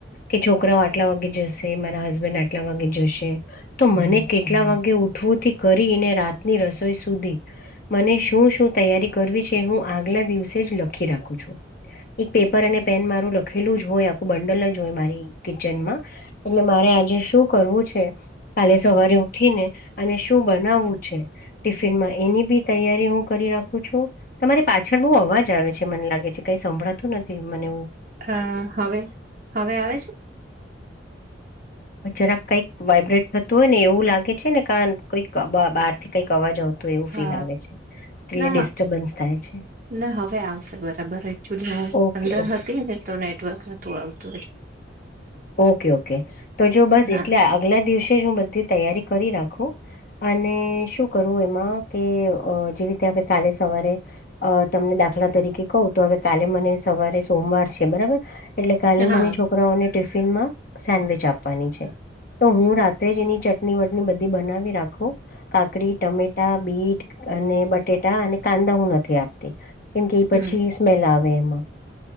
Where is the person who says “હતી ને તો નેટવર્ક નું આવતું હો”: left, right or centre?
Right